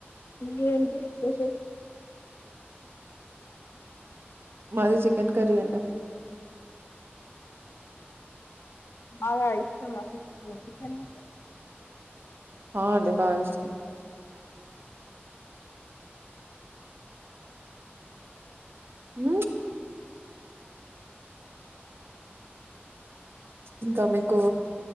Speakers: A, on the left; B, on the right.
A: మీ ఏంటి స్పెషల్
B: మాది చికెన్ కర్రి అండి
A: బాగా ఇష్టమా ఫిష్ చికెను ముక్కలు
B: ఆ అండి బాగా ఇష్టం ఊ ఇంకా మీకు